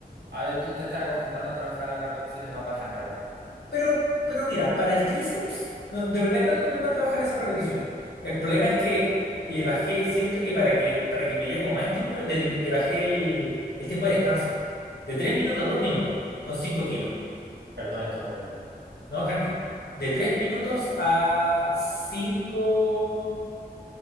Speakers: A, on the right; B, on the left.
A: A ver, tú te estás acostumbrando a trabajar a repeticiones más bajas en realidad.
B: Pero, pero mira, para el tríceps, no- de verdad que no tengo problema en trabajar esas repeticiones. El problema es que le bajé, siento que para que, para que me diera como más estímulo, le, le bajé el, el tiempo de descanso. De 3 minutos a 2 minutos, con cinco kilos.
A: Perdón, estornudé.
B: No, tranquilo. De 3 minutos a 5